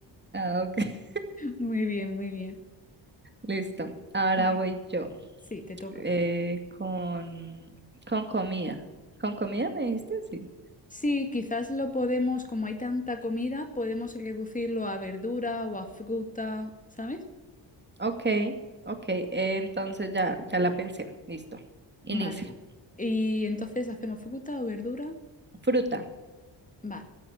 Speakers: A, on the right (about 25°); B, on the left (about 15°).
A: Ah, ok. <laughs>
B: Muy bien, muy bien.
A: Listo. Ahora
B: Eh,
A: voy yo
B: Sí, te toca.
A: eh, con, con comida. ¿Con comida me dijiste? Sí.
B: Sí, quizás lo podemos, como hay tanta comida, podemos reducirlo a verdura o a fruta, ¿sabes?
A: Ok, ok. eh, entonces ya, ya la pensé. Listo. Inicia.
B: Vale. Y entonces hacemos fruta o verdura.
A: Fruta.
B: Vale.